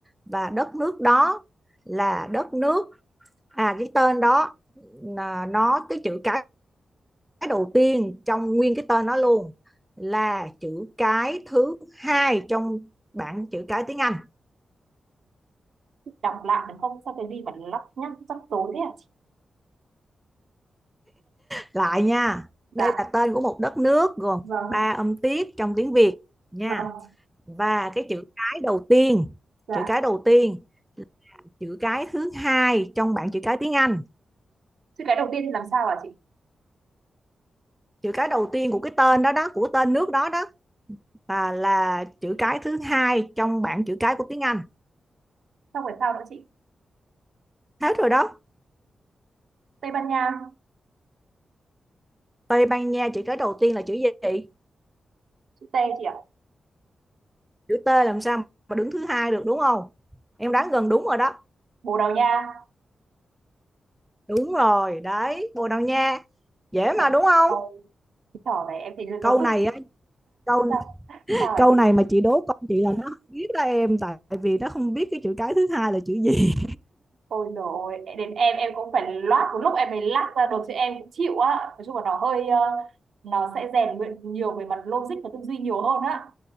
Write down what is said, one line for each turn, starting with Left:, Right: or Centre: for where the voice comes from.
Centre: và đất nước đó là đất nước à cái tên đó à, nó cái chữ cái đầu tiên trong nguyên cái tên nó luôn là chữ cái thứ hai trong bảng chữ cái tiếng Anh
Right: đọc lại được không sao cái gì mà lắc nhắc rắc rối thế hả chị
Centre: lại nha đây
Right: dạ
Centre: là tên của một đất nước gồm
Right: vâng
Centre: ba âm tiết trong tiếng Việt nha
Right: vâng
Centre: và cái chữ cái đầu tiên
Right: dạ
Centre: chữ cái đầu tiên chữ cái thứ hai trong bảng chữ cái tiếng Anh
Right: chữ cái đầu tiên thì làm sao hả chị
Centre: chữ cái đầu tiên của cái tên đó đó của tên nước đó đó là, là chữ cái thứ hai trong bảng chữ cái của tiếng Anh
Right: xong rồi sao nữa chị
Centre: hết rồi đó
Right: Tây Ban Nha
Centre: Tây Ban Nha chữ cái đầu tiên là chữ gì
Right: chữ T chị ạ
Centre: chữ T làm sao mà đứng thứ hai được đúng không em đoán gần đúng rồi đó
Right: Bồ Đào Nha
Centre: đúng rồi đấy Bồ Đào Nha dễ
Right: trời
Centre: mà đúng không
Right: ôi cái trò này em thấy nó nó
Centre: câu
Right: cứ
Centre: này á câu
Right: sao sao hả
Centre: câu
Right: chị
Centre: này mà chị đố con chị là nó không biết đó em tại vì nó không biết cái chữ cái thứ hai là chữ gì
Right: ôi dồi ôi đến em em cũng phải loát một lúc em mới lát ra được chứ em cũng chịu á nói chung là nó hơi ờ, nó sẽ rèn luyện nhiều về mặt logic và tư duy nhiều hơn á